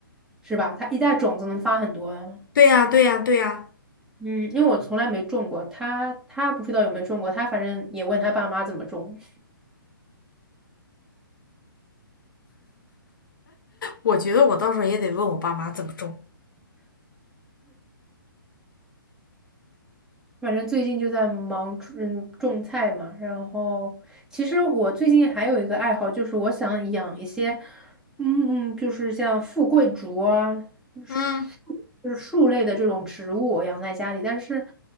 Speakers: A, in the centre; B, on the left.
A: 是吧？它一袋种子能发很多的。
B: 对呀，对呀，对呀。
A: 嗯，因为我从来没种过，他他不知道有没有种过，他反正也问他爸妈怎么种，
B: 我觉得我到时候也得问我爸妈怎么种。
A: <laughs> 反正最近就在忙种嗯种菜嘛。然后其实我最近还有一个爱好，就是我想养一些，嗯嗯，就是像富贵竹啊，树就是树类的这种植物，
B: 嗯，
A: 我养在家里，但是